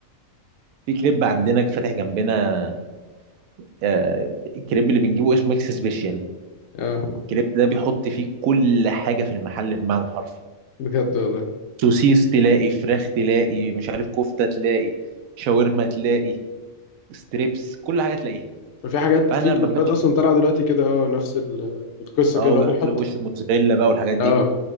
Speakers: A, on the right; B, on the left.
A: في كريب عندنا فاتح جنبنا آه، الكريب اللي بنجيبه اسمه ميكس سبيشال
B: اه
A: الكريب ده بيحط فيه كل حاجه في المحل بمعنى حرفي
B: بجد والله
A: سوسيس تلاقي فراخ تلاقي مش عارف كفته تلاقي شاورما تلاقي ستريبس كل حاجه تلاقيها
B: ففي حاجات
A: فاحنا
B: في
A: لما
B: كريبات
A: بناكل
B: اصلا طالعه دلوقتي كده اه نفس ال- القصه
A: اه
B: كده اللي
A: ويحط
B: هو بيحط
A: لك وش موزاريلا بقى والحاجات دي
B: اه